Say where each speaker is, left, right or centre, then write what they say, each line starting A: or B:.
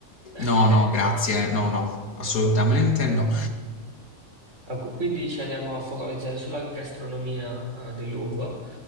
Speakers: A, on the right (about 60°); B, on the left (about 85°).
A: <laughs>
B: No, no, grazie, no, no, assolutamente no.
A: Ecco, Quindi ci andiamo a focalizzare sulla gastronomia, eh, del luogo,